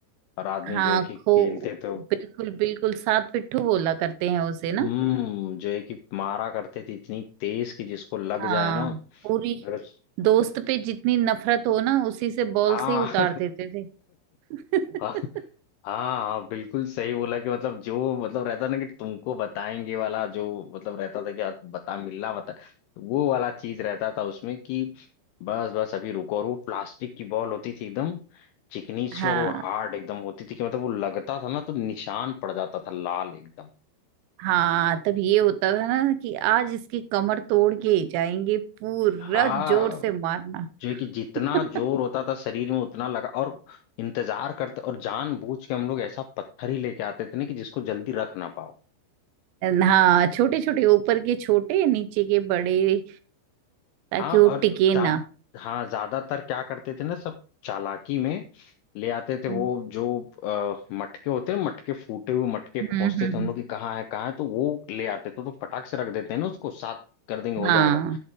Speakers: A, on the left; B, on the right.
A: और आदमी
B: हाँ
A: जो है कि खेलते
B: खो
A: थे
B: बिल्कुल बिल्कुल सात पिट्ठू बोला करते हैं उसे ना
A: हम्म जो है कि मारा करते थे इतनी तेज कि जिसको लग
B: हाँ
A: जाए ना
B: पूरी
A: और-
B: दोस्त पे जितनी नफरत हो ना उसी से बॉल
A: हाँ
B: से ही उतार
A: <laughs>
B: देते थे <laughs>
A: हाँ हाँ हाँ, बिल्कुल सही बोला कि मतलब जो मतलब रहता ना कि तुमको बताएंगे वाला जो मतलब रहता था कि आप बता मिलना बता वो वाला चीज रहता था उसमें कि बस बस अभी रुको और वो प्लास्टिक की बॉल होती थी एकदम चिकनी सी
B: हाँ
A: और वो हार्ड एकदम होती थी कि मतलब वो लगता था ना तो निशान पड़ जाता था लाल एकदम
B: हाँ तब ये होता था ना कि आज इसकी कमर तोड़ के ही जाएंगे पूरा
A: हाँ
B: जोर से मारना
A: जो है कि जितना
B: <laughs>
A: जोर होता था शरीर में उतना लगा और इंतजार करते और जानबूझ के हम लोग ऐसा पत्थर ही लेके आते थे ना कि जिसको जल्दी रख ना पाओ
B: हाँ छोटे छोटे ऊपर के छोटे नीचे के बड़े ताकि
A: हाँ
B: वो
A: और
B: टिके
A: जा,
B: ना
A: हाँ ज्यादातर क्या करते थे ना सब चालाकी में ले आते थे वो
B: हम्म
A: जो अ, मटके होते हैं मटके फूटे हुए मटके
B: हम्म
A: खोजते
B: हम्म,
A: थे हम लोग कि कहाँ है कहाँ है तो वो ले आते थे तो फटाक से रख देते हैं ना उसको साथ कर देंगे हो
B: हाँ
A: जाएगा